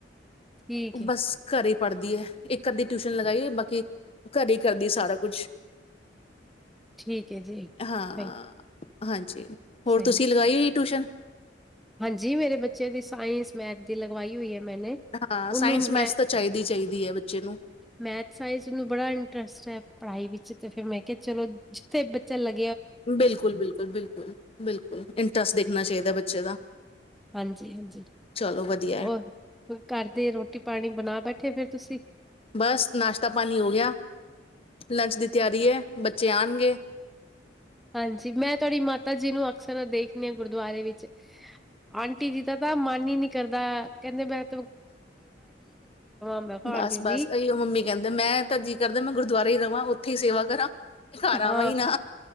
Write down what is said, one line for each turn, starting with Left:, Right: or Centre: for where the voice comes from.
Centre: ਠੀਕ
Left: ਬਸ
Centre: ਏ
Left: ਘਰੇ ਪੜ੍ਹਦੀ ਹੈ ਇੱਕ ਅੱਧੀ ਟਿਊਸ਼ਨ ਲਗਾਈਏ ਬਾਕੀ ਘਰ ਕਰਦੀ ਸਾਰਾ ਕੁਛ
Centre: ਠੀਕ ਹੈ ਜੀ
Left: ਹਾਂ
Centre: ਸਹੀ
Left: ਹਾਂਜੀ ਜ ਹੋਰ
Centre: ਸਹੀ
Left: ਤੁਸੀਂ
Centre: ਹੈ।
Left: ਲਗਾਈ ਹੋਈ ਟਿਊਸ਼ਨ
Centre: ਹਾਂਜੀ ਮੇਰੇ ਬੱਚਿਆਂ ਦੀ ਸਾਇੰਸ ਮੈਥ ਦੀ ਲਗਵਾਈ ਹੋਈ ਹੈ ਮ
Left: ਹਾਂ ਸਾਇੰਸ
Centre: ਨੂੰ
Left: ਮੈਥ
Centre: ਮ
Left: ਤਾਂ ਚਾਹੀਦੀ ਚਾਹੀਦੀ ਹੈ ਬੱਚੇ ਨੂੰ
Centre: ਮੈਥ ਸਾਇੰਸਨੂੰ ਬੜਾ ਇੰਟਰਸਟ ਹੈ ਪੜ੍ਹਾਈ ਵਿੱਚ ਤੇ ਫਿਰਰ ਮੈਂ ਕਿਹਾ ਚਲੋ ਜਿੱਥੇ ਬੱਚਾ ਲੱ
Left: ਬਿਲਕੁਲ ਬਿਲਕੁਲ ਬਿਲਕੁਲ ਬਿਲਕੁਲ ਇੰਟਰਸਟ ਦੇਖਣਾ ਚਾਹੀਦਾ ਬ ਬੱਚੇ ਦਾ
Centre: ਹਾਂਜੀ ਹਾਂਜੀ
Left: ਚਲੋ ਵਧੀਆ
Centre: ਹੋਰ
Left: ਹੈ
Centre: ਘਰ ਦੇ ਰੋਟੀ ਪਾਣੀ ਬਣਾ ਬੈਠੇ ਫਿਰ ਤੁਸੀਂ
Left: ਬਸ ਨਾਸ਼ਤਾ ਪਾਣੀ ਹੋ ਗਿਆ ਲੰਚ ਦੀ ਤਿਆਰੀ ਹੈ ਬੱਚੇ ਆਉਣਗੇ
Centre: ਹਾਂਜੀ ਮੈਂ ਤੁਹਾਡੀ ਮਾਤਾ ਜੀ ਨੂੰ ਅਕਸਰ ਦੇਖਦੇ ਆ ਗੁਰਦੁਆਰੇ ਵਿੱਚ ਆਂਟੀ ਜੀ ਦਾ ਤਾਂ ਮਨ ਹੀ ਨੀ ਕਰਦਾ ਕਹਿੰਦੇ ਬੈਂ ਮੈਂ ਕਿਹਾ
Left: ਬਸ
Centre: ਆਂਟੀ ਜੀ
Left: ਬਸ ਇਹੀਓ ਮੰਮੀ ਕਹਿੰਦੇ ਮੈਂ ਤਾਂਰਜੀ ਕਰਦਾ ਮੈਂ ਗੁਰਦੁਆਰਾ ਹੀ ਰਵਾਂ <unintelligible> ਸੇਵਾ ਕਰਾਂ ਘਰ ਆਵਾਂ
Centre: ਹਾਂ
Left: ਹੀ ਨਾ